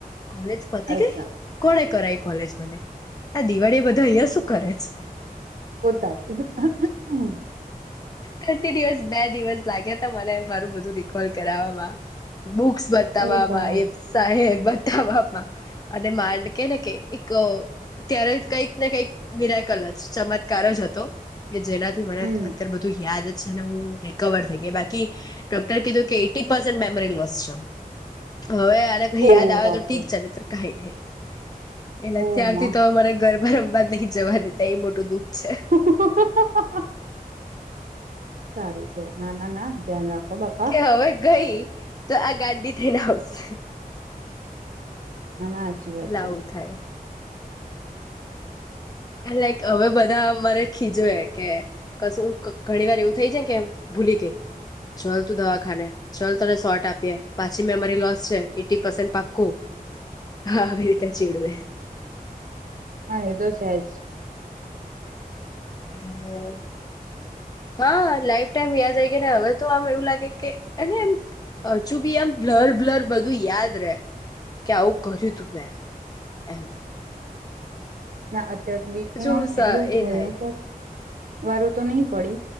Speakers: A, on the left; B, on the right.
A: કોલેજ પતિ
B: અચ્છા
A: ગઈ કોણે કરાય કોલેજ મને આ દિવાળી એ બધા અહિયાં શું કરે છે.
B: ઓતારી અહ અહ
A: કંટીન્યુઅસ બે દિવસ લાગ્યા હતા મને મારું બધું રિકોલ કરાવામાં બુક્સ બતાવામાં
B: ઓ ભાઈ
A: એ સાહેબ બતાવામાં અને માંડ કે ને કે એક ત્યારે કઈક ને કઈક મીરાકલ જ ચમત્કાર જ હતો કે જેનાથી મને
B: હમ
A: અત્યારે બધું યાદ છે ને હુ રિકવર થઈ ગઈ બાકી ડોકટરે કીધું કે એઈટી પેર્સન્ટ મેમરી લોસ છે હવે આને કહી
B: ઓ
A: યાદ આવે
B: બાપરે
A: તો થીક છે નઈતર કાંઈ નઈ હ એટલે
B: ઓ
A: ત્યારથી
B: માં
A: તો મારે ઘરમાં વારંવાર નહી જવા દેતા એ મોટું દુઃખ
B: <inaudible>
A: છે.
B: સારું છે ના ના ના ધ્યાન રાખો બાપા
A: કે હવે ગઈ તો આ ગાંડી થઈને આવશે
B: ના ના હાચી વાત
A: એટલે
B: છે.
A: આવું થાય આ લાઈક હવે બધા મને ખીજવે કે કશું ઘણી વાર એવું થઈ જાય કે ભૂલી ગઈ, ચાલ તું દવાખાને, ચાલ તને શોટ આપીએ, પાછી મેમરી લોસ છે, એઈટી પર્સેન્ટ પાકું આવી રીતે ચીડવે
B: હા, એતો છેજ
A: એટલે હ, હા, લાઈફ ટાઈમ યાદ રહી કે એને હવે તો આમ એવું લાગે કે, એને એમ હજુ બી આમ બ્લર બ્લર બધું યાદ રે કે આવું કર્યું તું મેં એમ
B: ના અત ર બી
A: પછી
B: હું આમ
A: સ
B: એટલું
A: એ
B: ભયંકર
A: થાય
B: વારો તો નહી પડી,